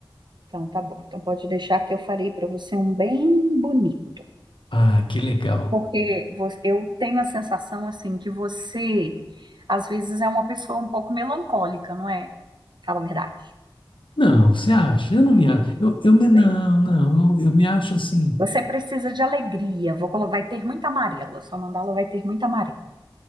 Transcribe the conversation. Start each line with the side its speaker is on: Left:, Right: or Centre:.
Right: Então, tá bom. Então, pode deixar que eu farei para você um bem bonito.
Left: Ah, que legal.
Right: Porque vo- eu tenho a sensação, assim, que você, às vezes, é uma pessoa um pouco melancólica, não é? Fala a verdade.
Left: Não, você acha? Eu não me acho. Eu, eu me, não,
Right: Bem,
Left: não, eu, eu me acho assim.
Right: Você precisa de alegria. Vou colo- vai ter muita amarela. Sua mandala vai ter muita amarela.